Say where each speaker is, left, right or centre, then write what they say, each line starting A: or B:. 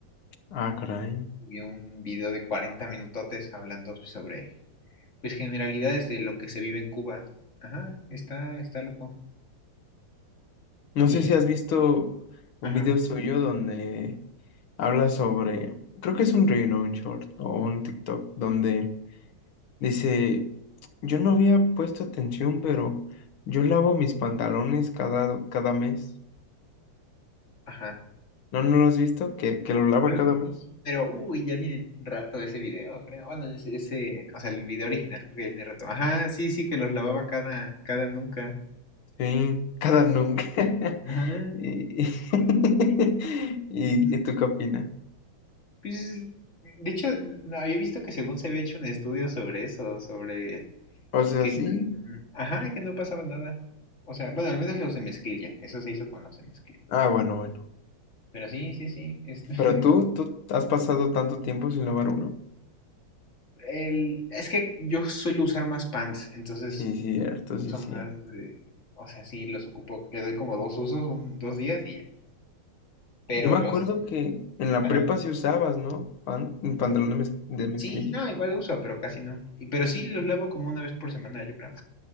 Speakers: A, on the left (about 70°); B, on the left (about 35°).
A: Ah, caray.
B: vi un video de 40 minutotes hablando sobre, pues, generalidades de lo que se vive en Cuba. Ajá, está, está loco.
A: No
B: Y,
A: sé si has visto un
B: ajá,
A: video suyo donde habla sobre, creo que es un reel o un short o un TikTok, donde Dice, yo no había puesto atención, pero yo lavo mis pantalones cada, cada mes.
B: ajá.
A: ¿No, no lo has visto? ¿Que, que lo lava
B: Creo
A: cada
B: que
A: mes?
B: sí, pero, uy, ya tiene rato ese video, creo. Bueno, ese, ese, o sea, el video original creo que ya tiene rato. Ajá, sí, sí, que los lavaba cada, cada nunca.
A: Sí, cada nunca. <laughs>
B: Ajá.
A: ¿Y, y, <laughs> ¿y
B: sí, sí.
A: ¿y tú qué opinas?
B: Pues, de hecho, había visto que según se había hecho un estudio sobre eso, sobre
A: O sea,
B: que,
A: sí.
B: ajá, que no pasaba nada. O sea, bueno, al menos los de mezclilla, eso se hizo con los de mezclilla.
A: Ah, bueno, bueno.
B: Pero sí, sí, sí. Es, <laughs>
A: Pero
B: no,
A: tú, tú has pasado tanto tiempo sin lavar uno.
B: el- es que yo suelo usar más pants, entonces
A: Sí, cierto,
B: uso
A: sí, cierto.
B: más de- o sea, sí, los ocupo, le doy como dos usos, un- dos días y ya. Pero
A: Yo me
B: los,
A: acuerdo que en la
B: ajá,
A: prepa sí usabas, ¿no? Pan, un pantalón de, mez- de mezclilla.
B: sí, no, igual uso, pero casi no. Y- Pero sí los lavo como una vez por semana, yo creo.